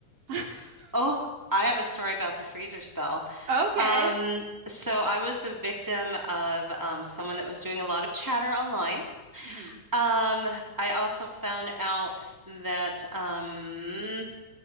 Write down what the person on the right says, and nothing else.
<laughs>
Okay.
hmm